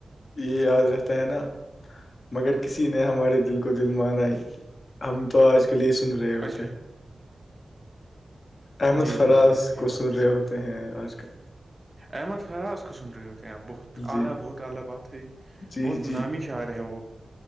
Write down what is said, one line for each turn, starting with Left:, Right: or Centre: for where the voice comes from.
Left: یہ یاد رہتا
Right: <unintelligible>
Left: ہے نا مگر کسی نے ہمارے دل کو دل ماناائی <unintelligible> ہم تو آج کل ہی سن رہے ہوتے
Right: اچھا
Left: ہیں احمد
Right: جی
Left: فراز
Right: جی جی صحیح
Left: کو
Right: بات
Left: سر رہے ہوتے ہیں آج کل
Right: احمد فراز کو سند ر رہیو آپ بخت <unintelligible>
Left: جی
Right: اعلی بہت اعلی بات ہے
Left: جی
Right: بہت
Left: جی
Right: نامی شاعر ہیں وہ